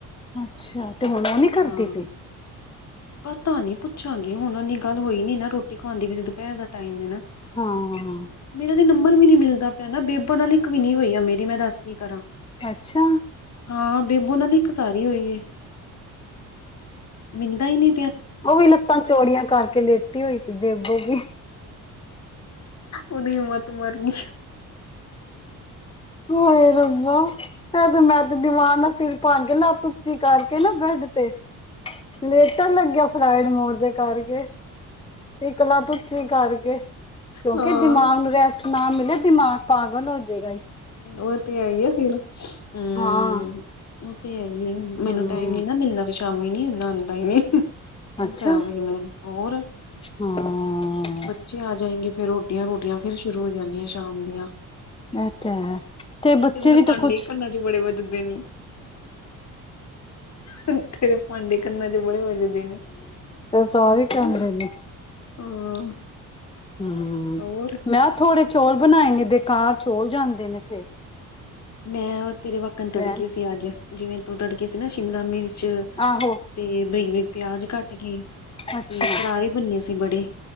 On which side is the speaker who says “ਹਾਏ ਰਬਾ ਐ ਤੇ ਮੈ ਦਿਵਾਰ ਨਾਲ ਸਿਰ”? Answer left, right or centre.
Left